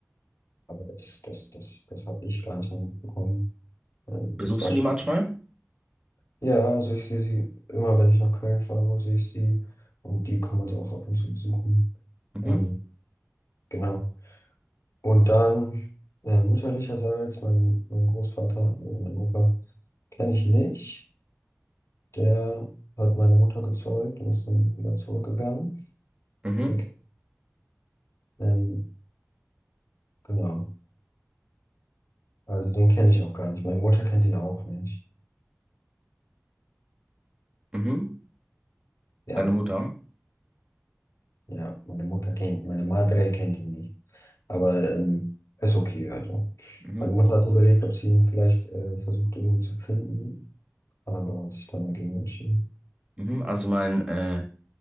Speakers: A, on the left (about 80°); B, on the right (about 20°).
A: aber das, das, das, das habe ich gar nicht mehr mitbekommen. Ähm,
B: Besuchst
A: das war
B: du
A: schon.
B: die manchmal?
A: Ja, also ich sehe sie immer, wenn ich nach Köln fahre, sehe ich sie. Und die kommen uns auch ab und zu besuchen.
B: Mhm.
A: Ähm, genau. Und dann äh, mütterlicherseits, mein, mein Großvater, äh, mein Opa, kenne ich nicht. Der hat meine Mutter gezeugt und ist dann wieder zurückgegangen.
B: Mhm.
A: Der, ke- ähm, genau. Also den kenne ich auch gar nicht. Meine Mutter kennt ihn auch nicht.
B: Mhm.
A: Ja,
B: Deine Mutter?
A: ja, meine Mutter kennt, meine Madre kennt ihn nicht. Aber
B: Okay.
A: ähm, ist okay, also.
B: Mhm.
A: Meine Mutter hat überlegt, ob sie ihn vielleicht äh, versucht irgendwie zu finden, aber hat sich dann dagegen entschieden.
B: Mhm. Also mein äh,